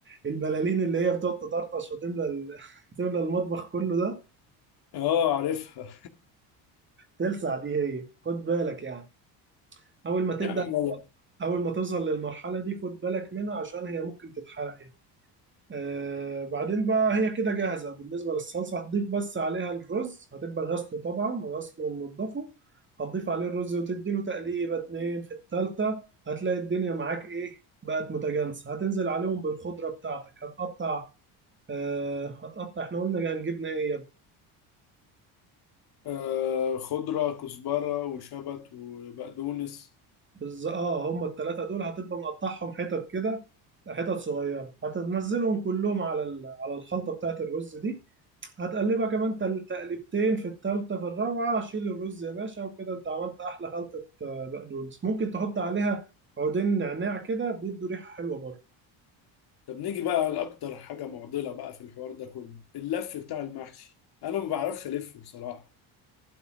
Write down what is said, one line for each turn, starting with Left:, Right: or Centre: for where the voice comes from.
Right: البلالين اللي هي بتقعد تطرطش وتملى ال- <laughs> تملى المطبخ كله ده
Left: اه عارفها
Right: تلسع دي هي خد بالك يعني أول
Left: <laughs>
Right: ما تبدأ
Left: يا عم والله
Right: أول ما توصل للمرحلة دي خد بالك منها عشان هي ممكن تتحرق يعني آه بعدين بقى هي كده جاهزة بالنسبة للصلصة هتضيف بس عليها الرز هتبقى غسله طبعا غسله ومنضفه هتضيف عليه الرز وتديله تقليبة اتنين في التالتة هتلاقي الدنيا معاك ايه بقت متجانسة هتنزل عليهم بالخضرة بتاعتك هتقطع آه هتقطع احنا قلنا هنجيبنا ايه يا ابني؟
Left: آه خضرة كزبرة وشبت وبقدونس
Right: بز- اه هم التلاتة دول هتبقى مقطعهم حتت كده حتت صغيرة هتنزلهم كلهم على ال- على الخلطة بتاعت الرز دي هتقلبها كمان تل- تقلبتين في التالتة في الرابعة شيل الرز يا باشا وكده انت عملت احلى خلطة آه، بقدونس ممكن تحط عليها عودين نعناع كده بيدوا ريحة حلوة برضه
Left: طب نيجي بقى لأكتر حاجة معضلة بقى في الحوار ده كله اللف بتاع المحشي أنا ما بعرفش ألف بصراحة